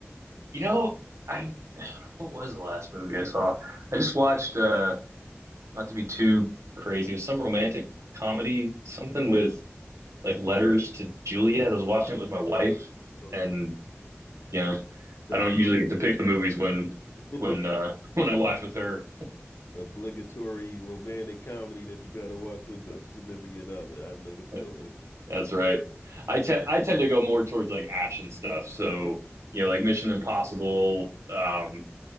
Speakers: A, on the right; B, on the left.
A: you know, I what was the last movie I saw? I just watched uh not to be too crazy, it was some romantic comedy, something with like letters to Juliet. I was watching it with my wife
B: Okay.
A: and you know,
B: The
A: I
B: oblig
A: don't usually get to pick the movies when
B: <laughs>
A: when uh <laughs> when I watch with her.
B: obligatory romantic comedy that you gotta watch with the significant other. I know the feeling.
A: <laughs> That's right. I tend I tend to go more towards like action stuff. So, you know, like Mission Impossible, um,